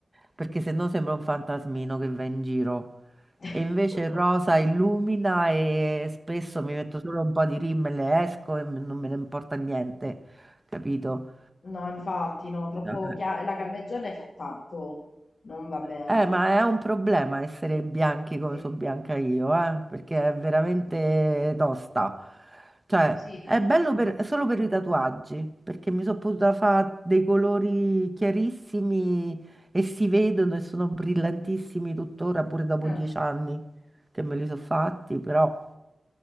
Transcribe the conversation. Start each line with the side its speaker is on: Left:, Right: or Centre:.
Right: Perché se no sembra un fantasmino che va in giro.
Left: <laughs>
Right: E invece il rosa illumina e spesso mi metto solo un po' di rimmel e esco e non me ne importa niente, capito?
Left: No, infatti, no, troppo
Right: Eh.
Left: chia- La carnegione fa tanto. Non va bene.
Right: Eh, ma
Left: poi.
Right: è un problema essere bianchi come
Left: Sì,
Right: sono bianca io, eh, perché è veramente tosta. Cioè,
Left: sì.
Right: è bello per- è solo per i tatuaggi, perché mi sono potuta fare dei colori chiarissimi e si vedono e sono brillantissimi tuttora, pure dopo
Left: Eh.
Right: dieci anni che me li sono fatti, però